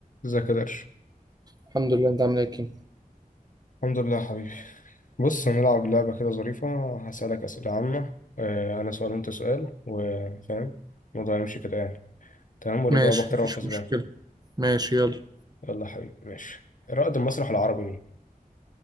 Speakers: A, on the left; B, on the right.
A: ازيك يا درش
B: الحمد لله انت عامل ايه يا كيمو؟
A: الحمد لله يا حبيبي بص هنلعب لعبة كده ظريفة هسألك أسئلة عامة آه، أنا سؤال وأنت سؤال وفاهم الموضوع هيمشي كده يعني تمام واللي
B: ماشي
A: يجاوب أكتر
B: مفيش
A: هو كسبان
B: مشكلة ماشي يلا
A: يلا يا حبيبي ماشي رائد المسرح العربي مين؟